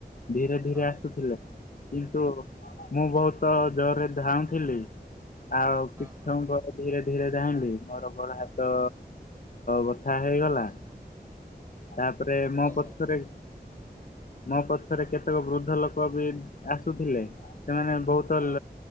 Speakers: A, on the left (about 55°); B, on the right (about 20°).
A: ଧୀରେ ଧୀରେ
B: ଆଜ୍ଞା
A: ଆ। କିନ୍ତୁ ମୁଁ ବହୁତ ଜୋରରେ ଧାଉଥିଲି। ଆଉ
B: ହଁ
A: କିଛି
B: ହଁ।
A: ସମୟ ପରେ। ଧୀରେ ଧୀରେ ଜାଣିଲି ମୋର ଗୋଡ ହାତ ବଥା ହେଇଗଲା ତାପରେ ମୋ
B: ଓହୋ
A: ପଛରେ ମୋ ପଛରେ କେତେକ ବୃଦ୍ଧ ଲୋକ ବି ଆସୁଥିଲେ। ସେମାନେ ବହୁତ
B: ହଁ